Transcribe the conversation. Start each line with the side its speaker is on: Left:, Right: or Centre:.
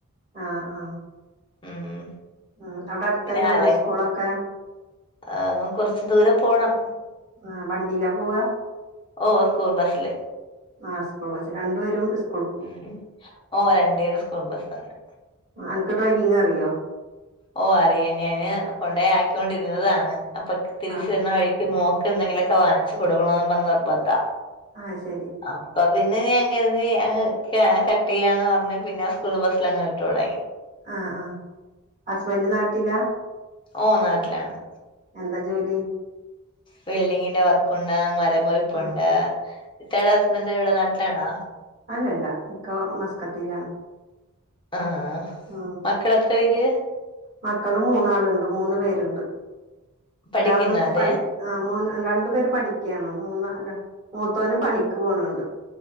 Right: ആഹ് ആഹ്
Left: ഉം
Right: ആഹ് അവിടെ അടുത്ത്
Left: പിന്നെ
Right: തന്നെ ആണോ
Left: അല
Right: സ്കൂള് ഒക്കെ
Left: ആഹ് കുറച്ച് ദൂരം പോണം.
Right: ആഹ് വണ്ടിയിലാ പോവ
Left: ഓ സ്കൂൾ ബസ്സില്.
Right: ആഹ് സ്കൂൾ ബസ് രണ്ടുപേരും സ്
Left: ഉം ഉം ഓഹ് രണ്ട് പേരും സ്കൂൾ ബസ് തന്നെ.
Right: ആഹ് അൻക്ക് ഡ്രൈവിംഗ് അറിയോ
Left: ഓഹ് അറിയ ഞാന് കൊണ്ട് പോയി ആക്കിക്കൊണ്ടിരുന്നതാണ് അപ്പൊ തിരിച്ചു
Right: ആഹ്
Left: വരുന്ന വഴി ഈ മോക്ക് എന്തെങ്കിലും ഒക്കെ വാങ്ങിച്ച് കൊടുക്കണോം എന്നും പറഞ്ഞു നിർബന്ധാ
Right: ആഹ് ശരി.
Left: അപ്പൊ പിന്നെ ഞാൻ കരുതി അങ്ങ് കട്ട് ചെയ്യാന്ന് പറഞ്ഞ പിന്നെ സ്കൂൾ ബസ്സില് അങ്ങ് കേറി തുടങ്ങി.
Right: ആഹ് ആഹ് ഹസ്ബന്റ് നാട്ടിലാ
Left: ഓഹ് നാട്ടിലാണ്.
Right: എന്താ ജോലി
Left: ബിൽഡിങ്ങിന്റെ വർക്കുണ്ട് മരം മുറിപ്പുണ്ട്.
Right: ആഹ്
Left: ഇത്തേടെ ഹസ്ബൻഡ് എവിടെ നാട്ടിലാണോ
Right: അല്ല അല്ല ഇക്കാ മസ്കത്തിലാണ്.
Left: ആഹ്
Right: ഉം
Left: മക്കൾ എത്ര പേര്
Right: മക്കള് മൂന്ന് ആളുണ്ട് മൂന്ന് പേരുണ്ട്
Left: പഠിക്കുന്ന
Right: ഒരാള്
Left: അതെ
Right: പണി ആഹ് മൂ രണ്ടു പേര് പഠിക്ക്യാണ് മൂന്ന മൂത്തവനും പണിക്ക് പോണ്‌ണ്ട്.